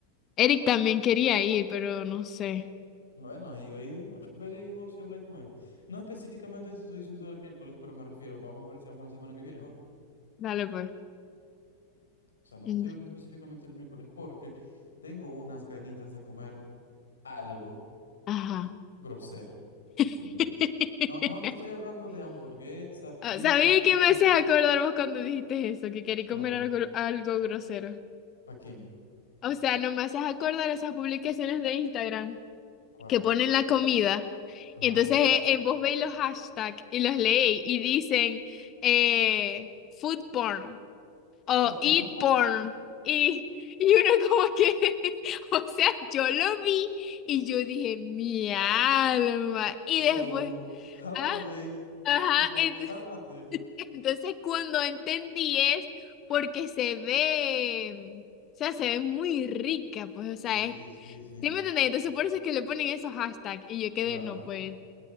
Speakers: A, on the left (about 30°); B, on the left (about 75°).
A: Eric también quería ir, pero no sé.
B: Bueno, ahí, ahí veréis vos si habláis con él. No específicamente te estoy diciendo el miércoles, pero me refiero, vamos a ver si vamos la semana que viene, ¿va?
A: Dale pues.
B: O sea, no
A: Mm,
B: te estoy hablando específicamente el miércoles porque tengo unas ganitas de comer algo
A: Ajá.
B: grosero, ¿entendéis?
A: <laughs>
B: No, no te estoy hablando de hamburguesas,
A: Ah,
B: pizzas,
A: ¿Sabéis que me
B: no
A: haces
B: sé.
A: acordar vos cuando dijiste eso? Que quería comer
B: ¿Cuándo?
A: algo, algo grosero.
B: ¿A quién?
A: O sea, no me haces acordar esas publicaciones de Instagram.
B: ¿Cuál?
A: que ponen la comida.
B: Ajá.
A: Y entonces eh, eh, vos veis los hashtags y los leéis y dicen eh, food porn o
B: <laughs>
A: eat porn. Y, y uno como que, <laughs> o sea, yo lo vi y yo dije, mi alma. Y
B: So,
A: después,
B: cálmate,
A: ah,
B: güey.
A: ajá,
B: Tipo,
A: entonces,
B: cálmate.
A: <laughs> entonces cuando entendí es porque se ve, o sea, se ve muy rica, pues, o sea,
B: Sí,
A: es
B: sí, sí.
A: ¿Sí me entendéis? Entonces por eso es que le ponen esos hashtags y yo quedé,
B: Claro.
A: no, pues.